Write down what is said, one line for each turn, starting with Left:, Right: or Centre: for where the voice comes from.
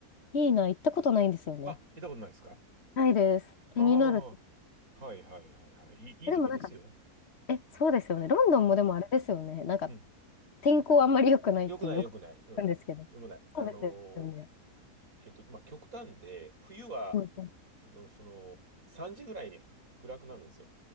Left: いいな、行ったことないんですよね。
Right: あ、行ったことないですか
Left: ないです。気になる。
Right: ああ、はいはいはいはい。いい、いいとこですよ。
Left: え、でもなんか、え、そうですよね。ロンドンもでもあれですよね。
Right: うん、
Left: なんか、
Right: うん。
Left: 天候あんまり良くないってよく聞くんですけど。
Right: よくない、よくない。うん。よくない。あのー
Left: そうですよね。
Right: えっと、まあ、極端で、冬は、
Left: うんう
Right: えっとその、3時ぐらいに暗くなるんですよ。